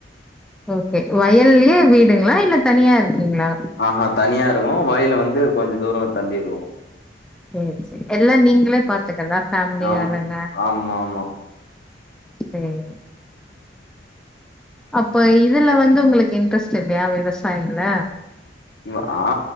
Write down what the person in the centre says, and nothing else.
ஓகே வயல்லையே வீடுங்ளா இல்ல தனியா இருக்கீங்ளா
சேர் சேரி எல்லா நீங்களே பாத்துக்கறதா ஃபேமிலி
ஆளுங்க
ம் அப்ப இதுல வந்து உங்களுக்கு இன்ட்ரெஸ்ட் இல்லையா விவசாயம்ல